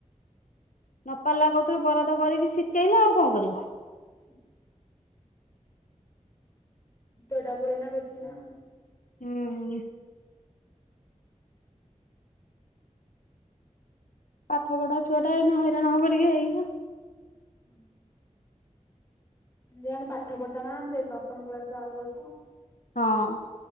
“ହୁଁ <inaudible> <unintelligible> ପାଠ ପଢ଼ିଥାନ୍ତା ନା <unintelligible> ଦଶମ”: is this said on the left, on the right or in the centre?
Left